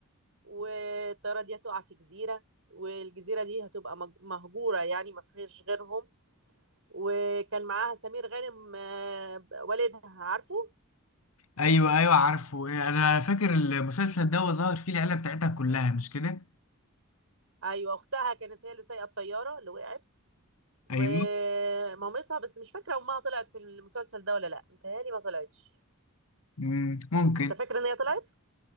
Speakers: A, on the right; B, on the left.
A: والطيارة دي هتقع في جزيرة والجزيرة دي هتبقى مج- مهجورة يعني ما فيهاش غيرهم وكان معاها سمير غانم آه، والدها عارفه
B: ايوه ايوه عارفه انا فاكر المسلسل ده وظهر فيه العيله بتاعتها كلها مش كده
A: ايوه اختها كانت هي اللي سايقه الطياره اللي وقعت ومامتها
B: ايوه
A: بس مش فاكره امها طلعت في المسلسل ده ولا لا متهيألي ما طلعتش
B: مم، ممكن
A: انت فاكره ان هي طلعت